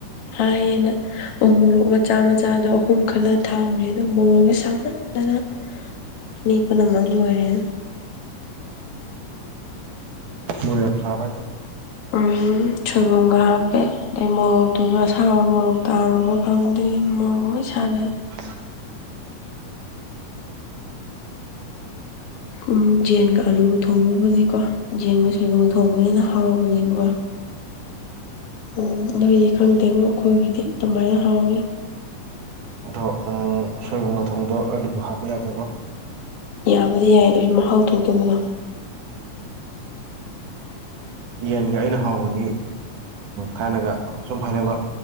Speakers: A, on the left; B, on the right.
A: ꯍꯥꯏꯌꯦꯅ ꯎ ꯃꯣꯔꯣꯛ ꯃꯆꯥ ꯃꯆꯥꯗꯣ ꯑꯍꯨꯝ ꯈꯜꯂ ꯊꯥꯛ ꯎꯔꯦ ꯑꯗꯣ ꯃꯣꯔꯣꯛꯁꯦ ꯁꯥꯃꯟꯗꯅ ꯃꯤ ꯄꯨꯝꯅꯃꯛ ꯂꯣꯏꯔꯦ
B: ꯃꯣꯔꯣꯛ ꯌꯥꯝ ꯁꯥꯔꯥꯕꯣ ꯍꯥꯏꯁꯦ
A: ꯎꯝ ꯁꯣꯏꯕꯨꯝ ꯒꯥ ꯍꯥꯞꯄꯦ ꯑꯗꯩ ꯃꯣꯔꯣꯛ ꯑꯗꯨꯅ ꯑꯁꯥꯕ ꯃꯣꯔꯣꯛ ꯇꯥꯎꯔꯕ ꯈꯪꯗꯦ ꯃꯣꯔꯣꯛ ꯂꯣꯏ ꯁꯒ꯭ꯔꯦ
B: <inaudible>
A: ꯎꯝ ꯌꯦꯟꯒ ꯑꯂꯨꯒ ꯊꯣꯡꯕꯕꯨꯗꯤꯀꯣ ꯌꯦꯟꯒ ꯁꯣꯏꯕꯨꯝ ꯊꯣꯡꯕꯅ ꯍꯦꯟꯅ ꯍꯥꯎꯕꯅꯦꯕ ꯎꯝ ꯅꯣꯏꯗꯤ ꯈꯪꯗꯦꯉꯣ ꯑꯩꯈꯣꯏꯒꯤꯗꯤ ꯑꯗꯨꯃꯥꯏꯅ ꯍꯥꯎꯋꯤ
B: ꯑꯗꯣ ꯎꯝ ꯁꯣꯏꯕꯨꯝꯒ ꯊꯣꯡꯕꯗꯣ ꯑꯂꯨꯗꯤ ꯍꯥꯞꯄ ꯌꯥꯗꯕ
A: ꯌꯥꯕꯨꯗꯤ ꯌꯥꯏ ꯑꯗꯨꯗꯤ ꯃꯍꯥꯎ ꯊꯣꯛꯇꯕꯗꯣ
B: ꯌꯦꯟꯒ ꯑꯩꯅ ꯍꯥꯎꯕꯅꯤ ꯊꯥꯏꯅꯒ ꯁꯨꯝ ꯍꯥꯏꯅꯕ